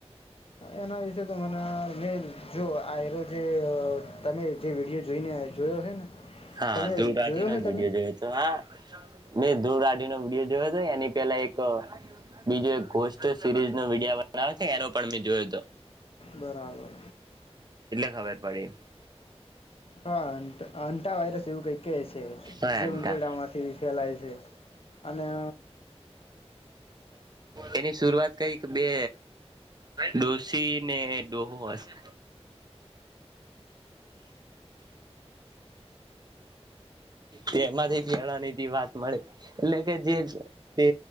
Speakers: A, on the left; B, on the right.
A: એના વિશે તો મને મેલ જો આ એરો જે તમે જે વિડીયો જોઈને જોયો હ ને
B: હા
A: તમે
B: ધૂ આઠી
A: જોયો
B: નો
A: હે
B: જ
A: કદાચ
B: વિડીયો જોયો હતો. હા, મેં ધૂળઢ નો વિડીયો જોયો હતો. એની પેલા એક બીજો એક સીરીઝ નો વિડ બનાવે છે. એનો પણ મેં જોયો હતો.
A: બરાબર.
B: ખબ પી
A: હા આટા વાયરસ એવું કઈ કે છે
B: હા
A: જે
B: એમ
A: ઉંધરડામાંથી
B: તા
A: ફેલાય છે. અને-
B: એની શરઆત કરીઈ કે બે ડોસી ને ડોહો હશે. તેમાંથી ફેરવાની વાત મળી એટલે કે જે તે